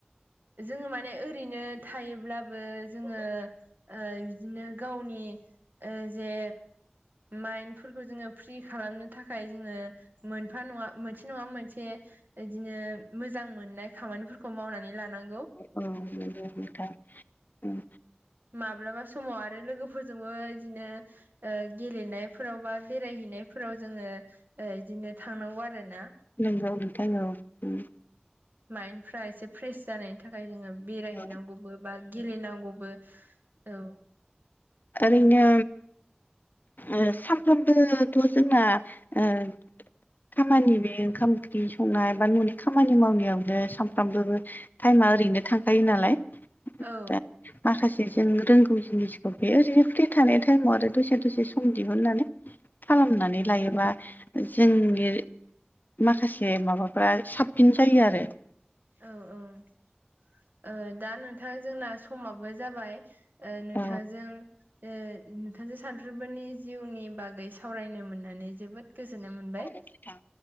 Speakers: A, on the right; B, on the left.
A: जोङो माने ओरैनो थायोब्लाबो जोङो ओ बिदिनो गावनि ओ जे माइन फोरफोरखौ जोङो फ्रि खालामनो थाखाय जोङो मोनफा नंङा मोनसे नङा मोनसे इदिनो जां मोननाय खामानिफोरखौ मावनानै लानां
B: औ औ नंगौ नोंथां उम
A: माब्लाबा समाव आरो लोगोफोरजोंबो इदिनो ओ गेलेनायफोराव बा बेरायहैनायफोराव जोङो ओ दिनो थांनांगौ आरोना
B: नोंगौ नोंथां औ उम
A: माइन्दफ्रा एसे फ्रेस जानायनि थाखाय जोङो बेरायहैनांगौबो
B: औ
A: बा गेलेनांगौबो औ
B: आरैनो ओ सानफ्रोमबोथ' जोंना ओ खामानि बे ओंखाम ओंख्रि संनाय बा न'नि खामानि मावनायावनो सानफ्रामबो टाइमा ओरैनो थांखायो नालाय
A: औ
B: दा माखासे जों रोंगौ जिनिसखौ बे ओरैनो फ्रि थानाय टाइमाव आरो दसे दसे सम दिहुननानै खालामनानै लायोबा जोंनि माखासे माबाफ्रा साबसिन जायो आरो।
A: औ औ ओ दा नोंथां जोंना समाबो जाबाय ओ नोंथांजों
B: औ
A: ओ नोंथांजों सानफ्रोमबोनि जिउनि बागै सावरायनो मोननानै जोबोद गोजोननाय मोनबाय।
B: दे नोंथां